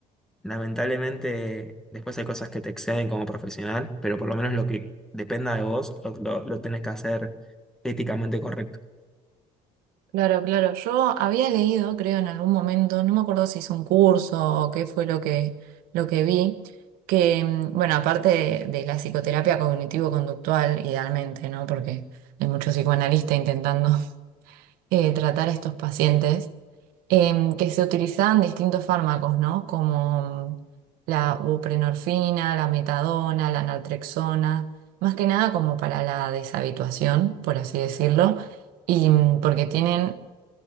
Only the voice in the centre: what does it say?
Lamentablemente, después hay cosas que te exceden como profesional, pero por lo menos lo que dependa de vos lo, lo lo tenés que hacer éticamente correcto.